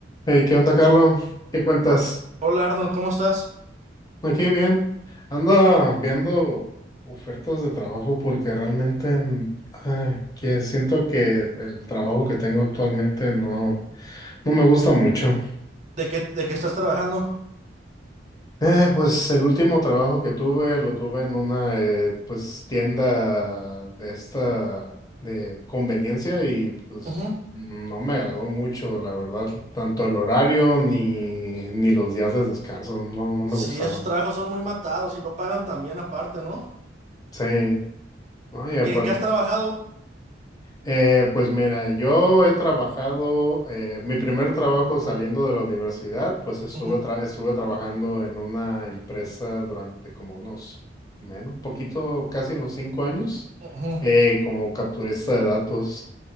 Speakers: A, on the left; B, on the right.
A: Hey, ¿qué onda, Carlos? ¿Qué cuentas?
B: Hol- Hola Arnold, ¿cómo estás?
A: Aquí bien. Anda viendo ofertas de trabajo porque realmente en- ah, que siento que el trabajo que tengo actualmente no, no me gusta mucho.
B: ¿De qué, de qué estás trabajando?
A: Eh, pues el último trabajo que tuve lo tuve en una eh, pues tienda de esta de conveniencia y pues
B: Ujú.
A: no me agradó mucho, la verdad, tanto el horario ni, ni los días de descanso, no, no me
B: Sí,
A: gustaron.
B: esos trabajos son muy matados y no pagan tan bien aparte, ¿no?
A: Sí. ¿no? Y aparte,
B: ¿Qué, qué has trabajado?
A: eh, pues mira, yo he trabajado, eh, mi primer trabajo saliendo de la universidad, pues estuve,
B: Ujú,
A: tra- estuve trabajando en una empresa durante como unos, menos, poquito, casi los cinco años,
B: ujú,
A: eh, como capturista de datos.